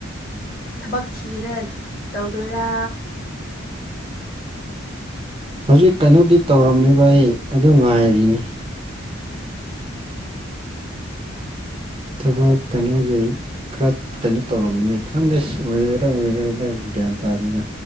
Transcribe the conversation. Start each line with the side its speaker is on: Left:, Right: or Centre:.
Left: ꯊꯕꯛ ꯊꯤꯔ ꯇꯧꯗꯣꯏꯔꯥ
Right: ꯍꯧꯖꯤꯛ ꯀꯩꯅꯣꯗꯤ ꯇꯧꯔꯝꯃꯤꯕ ꯑꯩ ꯑꯗꯨ ꯉꯥꯏꯔꯤꯅꯤ ꯊꯕꯛ ꯀꯩꯅꯣꯒꯤ ꯈꯔ ꯀꯩꯅꯣ ꯇꯧꯔꯝꯅꯤ ꯈꯪꯗꯦ ꯑꯣꯏꯔꯦꯔꯥ ꯑꯣꯏꯦꯔꯔꯥ ꯒ꯭ꯌꯥꯟ ꯇꯥꯗꯦꯅ